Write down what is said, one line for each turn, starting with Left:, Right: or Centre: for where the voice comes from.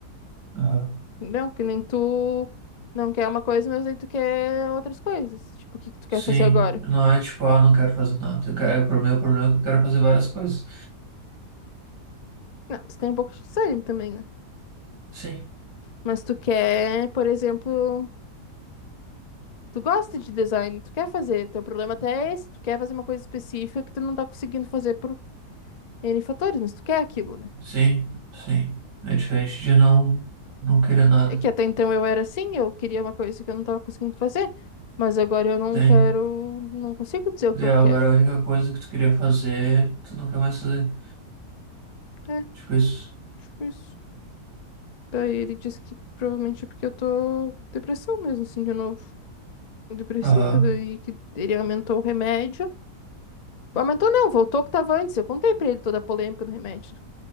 Right: ah,
Left: não, que nem tu não quer uma coisa, mas aí tu quer outras coisas. Tipo, o que que tu quer
Right: sim,
Left: fazer agora?
Right: não é tipo, ah, não quero fazer nada. Eu quero, o meu problema é que eu quero fazer várias coisas.
Left: Não, tu tem um pouco de desânimo também, né?
Right: Sim,
Left: Mas tu quer, por exemplo, tu gosta de design, tu quer fazer, teu problema até é esse, tu quer fazer uma coisa específica que tu não tá conseguindo fazer por N fatores, mas tu quer aquilo, né?
Right: sim, sim. É diferente de não, não querer nada.
Left: É que até então eu era assim, eu queria uma coisa que eu não tava conseguindo fazer, mas agora eu não
Right: Tem.
Left: quero, não consigo dizer o que
Right: E
Left: eu
Right: agora
Left: quero.
Right: a única coisa que tu queria fazer, tu não quer mais fazer.
Left: É,
Right: Tipo isso.
Left: tipo isso. Daí ele disse que provavelmente é porque eu tô com depressão mesmo, assim, de novo. Depressiva,
Right: Aham.
Left: daí que ele aumentou o remédio. Aumentou não, voltou o que tava antes. Eu contei pra ele toda a polêmica do remédio.